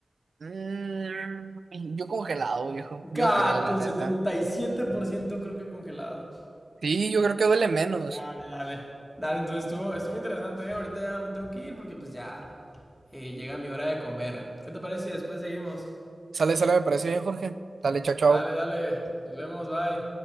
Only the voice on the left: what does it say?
Gato,
el
77% creo que congelado.
Dale, dale. Dale, entonces estuvo, estuvo interesante, ¿eh? Ahorita ya me tengo que ir porque pues ya eh, llega mi hora de comer. ¿Qué te parece si después seguimos?
Dale, dale. Nos vemos, bye.